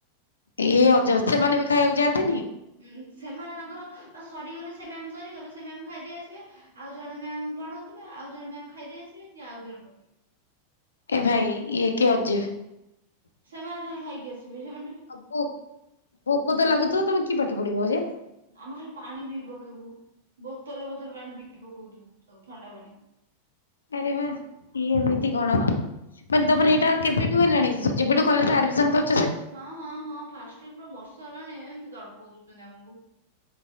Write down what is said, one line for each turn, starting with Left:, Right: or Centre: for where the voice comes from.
Left: ଏଇ ଅଜବ ସେମାନେ ବି ଖାଇବାକୁ ଯାଆନ୍ତିନି କି?
Right: ଉଁ ସେମାନେ ତାଙ୍କର ତା ସରିଗଲେ ସେମାନେ ସରିଗଲେ ସେମାନେ ଖାଇଦେଇ ଆସିବେ ଆଉ ଜଣ ମ୍ୟାମ୍ ପଢଉଥିବାେ ଆଉ ଜଣ ମମ୍ ଖାଇଦେଇ ଆସିବେ ଯେ ଆଉ ଜଣ ପଢେଇବେେ
Left: ଏ ଭାଇ ଇଏ କିଏ ଅ ଯିବ
Right: ସେମାନେ ଖାଲି ଖାଇକି ଆସିବି ସେ
Left: ଆଉ ଭୋକ ଭୋକ ତ ଲାଗୁଥିବ ତମେ କିଏ ପାଠ ପଢିବ ଯେ
Right: ଆମେ ଖାଲି ପାଣି ବି ପକେଇବୁ ବୋତଲ ବୋତଲ ପାଣି ବି ପକଉଥିବୁ ସବୁ ଥଣ୍ଡା ପାଣି
Left: ଆରେ ବା ଏ ଏମିତି କଣ ବା ମାନେ ତମର ଏଇଟା କେବେଠୁ ହେଲାଣି ଯେବେଠୁ କଲେଜରେ ଆଡମିସନ କରି
Right: ହଁ ହଁ ହଁ ଫାଷ୍ଟ ଇ ପୁରା ବର୍ଷ ହେଲାଣି ଏମିତି ତଡ ପଉଛନ୍ତି ଆମକୁ